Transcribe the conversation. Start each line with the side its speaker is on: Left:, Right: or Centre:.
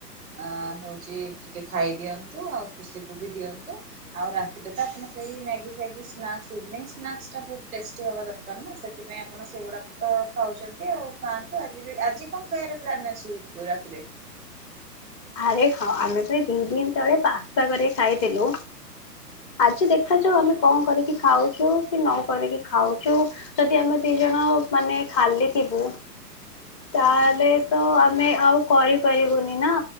Right: ଆଁ ହଉଛି ଟିକେ ଖାଇଦିଅନ୍ତୁ। ଆଉ ଖୁସିକୁ ବି ଦିଅନ୍ତୁ। ଆଉ ରାତିରେ ତ ଆପଣ ସେଇ ମ୍ୟାଗି, ଫ୍ୟାଗି ସ୍ନାକ୍ସ, ଇଭିନିଙ୍ଗ ସ୍ନାକ୍ସଟା ବହୁତ ଟେଷ୍ଟି ହବା ଦର କାର ନା। ସେଥିପାଇଁ ଆପଣ ସେଗୁଡାକ ତ ଖାଉଛନ୍ତି ଆଉ ଖାଆନ୍ତୁ। ଆଜି ବି ଆଜି କଣ ଖାଇବାର ପ୍ଲାନ ଅଛି? ରାତିରେ?
Left: ଆରେ ହଁ। ଆମେ ତ ଏଇ ଦି ଦିନ ତଳେ ପାସ୍ତା କରି ଖାଇଥିଲୁ। ଆଜି ଦେଖାଯାଉ ଆମେ କଣ କରିକି ଖାଉଚୁ କି ନ କରିକି ଖାଉଚୁ। ଯଦି ଆମେ ଦି ଜଣ ମାନେ ଖାଲି ଥିବୁ ତାହେଲେ ତ ଆମେ ଆଉ କରିପାରିବୁନି ନା।